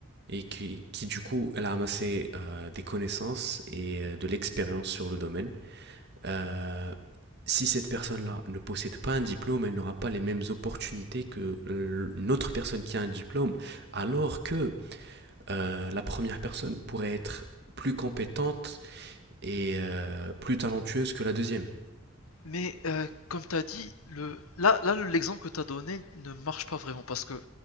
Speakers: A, on the right; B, on the left.
A: Et qui, qui, du coup, elle a amassé euh, des connaissances et euh, de l'expérience sur le domaine. Euh, si cette personne-là ne possède pas un diplôme, elle n'aura pas les mêmes opportunités que l'autre personne qui a un diplôme, alors que euh, la première personne pourrait être plus compétente et euh, plus talentueuse que la deuxième.
B: Mais euh, comme tu as dit, le, là, là, le- l'exemple que tu as donné ne marche pas vraiment parce que